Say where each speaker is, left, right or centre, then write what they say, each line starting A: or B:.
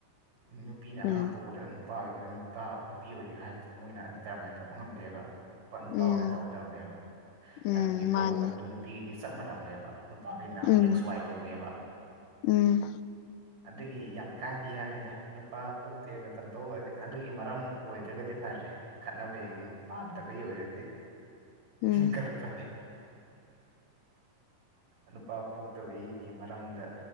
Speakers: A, on the right (about 80°); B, on the left (about 80°).
A: ꯅꯨꯄꯤꯅ ꯑꯉꯥꯡ
B: ꯎꯝ
A: ꯄꯣꯛꯄꯗ ꯅꯨꯄꯥ ꯑꯣꯏꯒꯦꯔꯥ ꯅꯨꯄꯥ ꯅꯨꯄꯤ ꯑꯣꯏꯒꯦꯔꯥ ꯍꯥꯏꯕꯁꯦ ꯃꯣꯏꯅ ꯗꯤꯇꯔꯃꯥꯏꯟ ꯇꯧꯕ ꯉꯝꯗꯦꯕ ꯅꯨꯄꯥ
B: ꯎꯝ
A: ꯑꯣꯏꯅ ꯇꯧꯒꯗꯕꯅꯦꯕ
B: ꯎꯝ
A: ꯍꯥꯏꯕꯗꯤ ꯀ꯭ꯔꯣꯃꯣꯖꯝꯗꯨ
B: ꯃꯥꯅꯤ
A: ꯅꯨꯄꯤꯒꯤꯗꯤ ꯆꯞ ꯃꯥꯟꯅꯕꯅꯦꯕ ꯅꯨꯄꯥꯒꯤꯅ
B: ꯎꯝ
A: ꯑꯦꯛꯁ ꯋꯥꯏ ꯑꯣꯏꯕꯅꯦꯕ
B: ꯎꯝ
A: ꯑꯗꯨꯒꯤ ꯌꯥꯝ ꯀꯥꯏꯕꯤ ꯍꯥꯏꯕꯅꯤꯗ ꯅꯨꯄꯥ ꯄꯣꯛꯇꯦꯅ ꯇꯝꯊꯣꯛꯗꯤ ꯑꯗꯨꯒꯤ ꯃꯔꯝ ꯑꯣꯏꯗ ꯑꯗꯨꯒꯗꯤ ꯐꯔꯦ ꯈꯠꯅꯕꯒꯤ ꯄꯥꯝꯗꯕꯒꯤ ꯑꯣꯏꯔꯗꯤ
B: ꯎꯝ
A: ꯈꯔ ꯐꯒꯦ ꯅꯨꯄꯥ ꯄꯣꯛꯇꯕꯩꯒꯤ ꯃꯔꯝꯗ